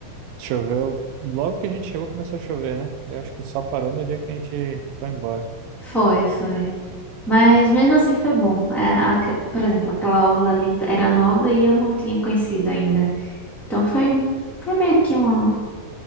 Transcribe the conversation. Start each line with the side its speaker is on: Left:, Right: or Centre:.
Right: choveu, logo que a gente chegou começou a chover, né? Eu acho que só parou no dia que a gente foi embora.
Centre: Foi, foi. Mas mesmo assim foi bom. É, aque- por exemplo, aquela orla ali t- era nova e eu não tinha conhecido ainda. Então foi, foi meio que uma